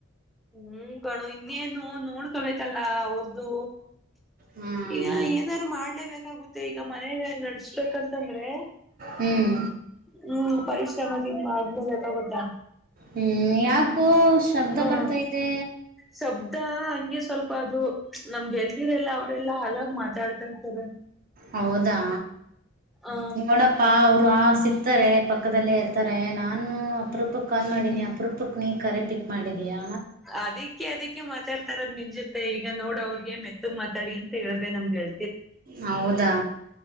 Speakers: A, in the centre; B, on the right.
A: ಹ್ಮ್ ಕಣ್ಣೋ ಇನ್ನೇನು ನೋಡ್ಕೊಬೇಕಲ್ಲ ಅವೃದು
B: ಹ್ಮ್
A: ಈಗ ಏನಾದ್ರು ಮಾಡ್ಲೇಬೇಕಾಗುತ್ತೆ ಮತ್ತೆ ಈಗ ಮನೆ ನಡೆಸಬೇಕು ಯಂತಂದ್ರೆ
B: ಹ್ಮ್ ಹ್ಮ್
A: ಹ್ಮ್ ಪರಿಶ್ರಮ ದಿನ ಮಾಡ್ಲೆ ಗೋತಾ
B: ಹ್ಮ್ ಯಾಕು ಶಬ್ದ
A: ಹ್ಮ
B: ಬರತ್ತಾ ಇದ್ ದೇ
A: ಶಬ್ದ ಹಂಗೆ ಸ್ವಲ್ಪ ಅದು ನಮ ಹೆಳತಿರೆಲ್ಲ ಅವರ ಅಲ್ಲಾ ಆಗಾಗ್ ಮಾತಾಡ್ತಾ ಇರ್ತಾರೆ
B: ಹೌದಾ
A: ಆ
B: ನೋಣಪ್ಪಾ ಅವರು ಆ ಸಿಗ್ತಾರೆ ಪಕ್ಕ ಪಕ್ಕದಲ್ಲೇ ಇರ್ತಾರೆ ನಾನು ಅಪರೂಪ ಕಾಲ್ ಮಾಡೀನಿ
A: ಇಲ್
B: ಅಪುರುಪುಕ್ ನಿಂಗ್ ಕರೆ ಪಿಕ್ ಮಾಡಿದಯಾ
A: ಅದಿಕ್ಕೆ ಅದಿಕ್ಕೆ ಮಾತಾಡ್ತಾರದ್ ನಿನ್ ಜೊತೆ ಇಗ ಈಗ ನೋಡ್ ಅವ್ರಿಗ ಮ ಎತ್ತತ್ ಮಾತಾಡಿ ಅಂತ ಹೇಳ್ದ ನಮ್ಗೆ ಹೇಳ
B: ಹೌದಾ